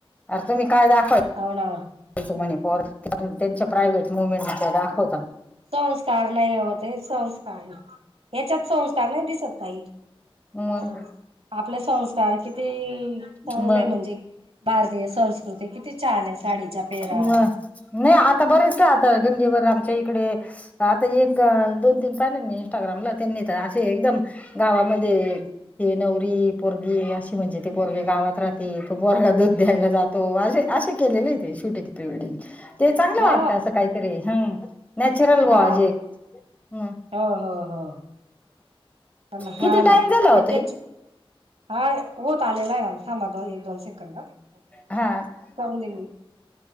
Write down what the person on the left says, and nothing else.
अर तुम्ही काय दाखव.
तेच म्हणे पोर त्यांच्या प्रायव्हेट
मुवमेंटच्या
दाखव
म.
मग
मग नाही आता बरेच आता
गंगेवर आमच्या इकडे आता एक दोन तीन पाहिले मी इंस्टाग्रामला त्यांनी तर अशे एकदम गावामध्ये हे नवरी पोरगी अशे. म्हणजे ते पोरगे गावत राहते तो पोरगा दूध द्यायला जातो अशे अशे केलेले आहेत ते शुटिंग प्रीवेडिंग. ते चांगलं
वाटतं असं काहीतरी हम. नॅचरल वाजे
हम
किती टाइम
झाला
हो ताई.
हा